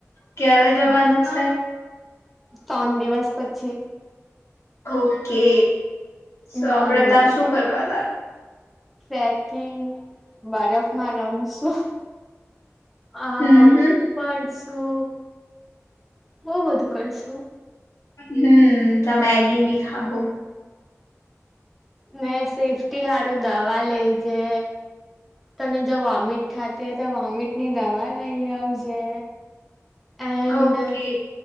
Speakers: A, on the left; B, in the centre.
A: ક્યારે જવાનું છે?
B: ત્રણ દિવસ પછી.
A: ઓકે, સો
B: હમ
A: આપડે ત્યા શું કરવાના?
B: ટ્રેકિંગ બરફમાં રમશું. આ
A: હમ હમ.
B: ફરશું, બહુ બધું કરશું.
A: હમ ત્યાં મેગી ભી ખાહો.
B: મેં સેફ્ટી સારું દવા લેજે. તને જો વોમિટ થતી હોય તો વોમિટની દવા લઈ આવજે. એન્ડ
A: ઓકે